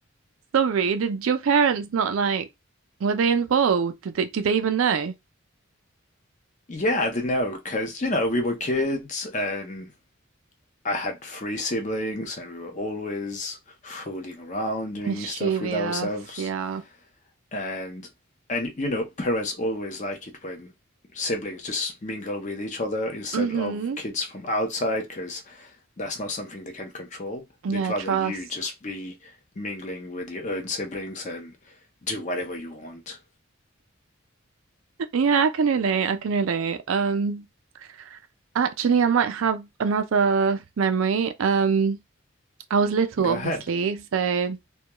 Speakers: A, on the right; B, on the left.
A: Sorry, did your parents not like, were they involved? Did they, do they even know?
B: yeah, I don't know, because you know we were kids and I had three siblings and we were always fooling around doing
A: Mischievous,
B: stuff with ourselves.
A: yeah.
B: and and you know parents always like it when siblings just mingle with each other instead
A: Mm-hmm.
B: of kids from outside because that's not something they can control.
A: Yeah,
B: They'd rather
A: trust.
B: you just be mingling with your own siblings and do whatever you want.
A: Yeah, I can relate. I can relate. Um, actually, I might have another memory. Um, I was little,
B: Go
A: obviously,
B: ahead.
A: so